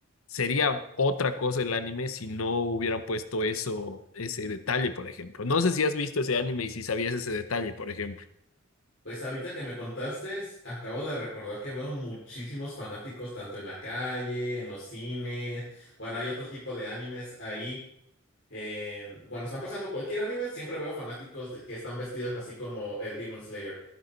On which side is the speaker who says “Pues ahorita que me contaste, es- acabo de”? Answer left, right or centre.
Left